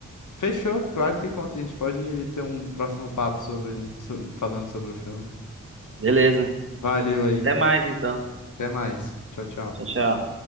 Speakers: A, on the left (about 75°); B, on the right (about 40°).
A: Fechou, claro que conta. A gente pode ter um próximo papo sobre, sobre- falando sobre o filme.
B: Beleza.
A: Valeu aí.
B: Até mais então.
A: Até mais. Tchau, tchau.
B: Tchau, tchau.